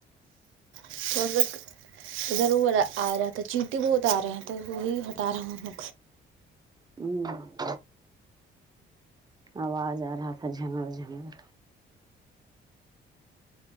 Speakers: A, on the right; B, on the right.
A: <unintelligible> ادھر او آ رہا تھا چینٹی بہت آ رہے تھے وہی ہٹا رہا ہوں
B: ہوں آواز آ رہا تھا جنر جنھر